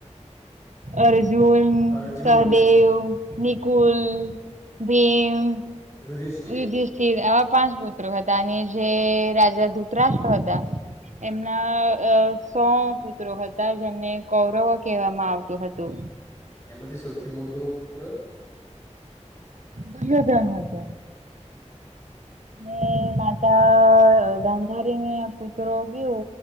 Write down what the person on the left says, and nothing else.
અર્જુન
યુધિષ્ઠિર
એમાંથી સૌથી મોટો પુત્રી.